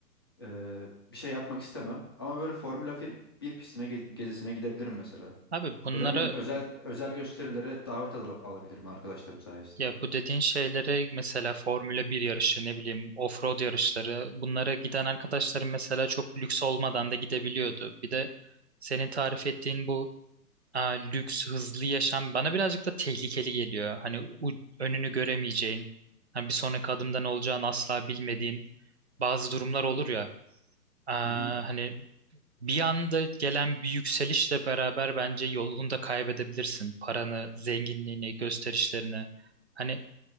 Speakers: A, on the left; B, on the right.
A: eee, bir şey yapmak istemem. Ama böyle Formula 1 bir pistine ge- gezisine gidebilirim mesela.
B: Abi bunlara
A: Ya da ne bileyim özel özel gösterilere davet al- alabilirim arkadaşlarım sayesinde.
B: ya bu dediğin şeylere mesela Formula bir yarışı ne bileyim offroad yarışları bunlara giden arkadaşlarım mesela çok lüks olmadan da gidebiliyordu. Bir de senin tarif ettiğin bu aa, lüks hızlı yaşam bana birazcık da tehlikeli geliyor. Hani u- önünü göremeyeceğin hani bir sonraki adımda ne olacağını asla bilmediğin bazı durumlar olur ya. Aa,
A: Hı hı.
B: hani bir anda gelen bir yükselişle beraber bence yolunu da kaybedebilirsin. Paranı, zenginliğini, gösterişlerini. Hani